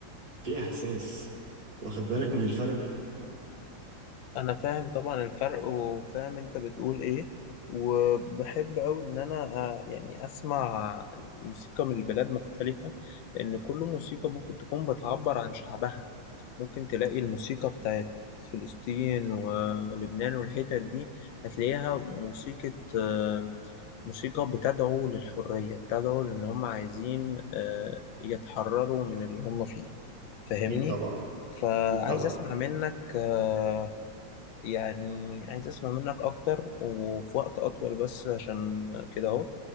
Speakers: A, on the right; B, on the left.
A: في احساس واخد بالك من الفرق
B: انا فاهم طبعا الفرق وفاهم انت بتقول ايه وبحب قوي ان انا آه، يعني اسمع موسيقى من البلاد مختلفة لان كل موسيقى ممكن تكون بتعبر عن شعبها ممكن تلاقي الموسيقى بتاعت فلسطين ولبنان والحتت دي هتلاقيها موسيقى آه، موسيقى بتدعو للحرية بتدعو لان هم عايزين آه، يتحرروا من اللي هم فيه فاهمني
A: اكيد طبعا
B: فعايز
A: اكيد طبعا
B: اسمع منك آه، يعني عايز اسمع منك اكتر وفي وقت اطول بس عشان كده اهو